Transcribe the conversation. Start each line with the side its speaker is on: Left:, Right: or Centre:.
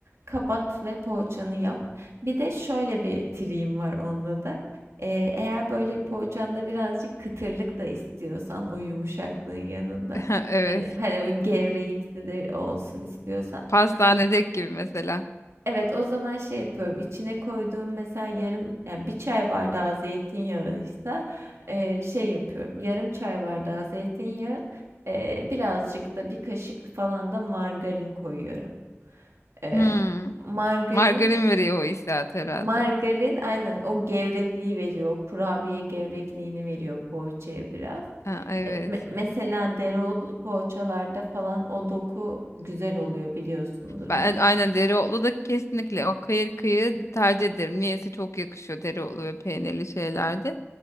Right: kapat ve poğaçanı yap. Bir de şöyle bir triğim var onda da. E, eğer böyle poğaçanda birazcık kıtırlık da istiyorsan o yumuşaklığın yanında.
Left: <laughs>
Right: Hani,
Left: Evet.
Right: hani böyle gevreğimsi de olsun istiyorsan.
Left: Pastanedeki gibi mesela.
Right: Evet, o zaman şey yapıyorum. İçine koyduğum mesela yarım yani bir çay bardağı zeytinyağıysa eee şey yapıyorum. Yarım çay bardağı zeytinyağı eee, birazcık da bir kaşık falan da margarin koyuyorum. Eee,
Left: Hmm.
Right: margarin
Left: Margarin veriyor o hissiyat herhalde.
Right: margarin aynen o gevrekliği veriyor. o Kurabiye gevrekliğini veriyor poğaçaya biraz.
Left: Ha, evet.
Right: Me- me- mesela dereotlu poğaçalarda falan o doku güzel oluyor biliyorsundur
Left: Ben
Right: onu.
Left: aynen dereotlu da kesinlikle o kıyır kıyır tercih ederim. Niyeyse çok yakışıyor dereotlu ve peynirli şeylerde.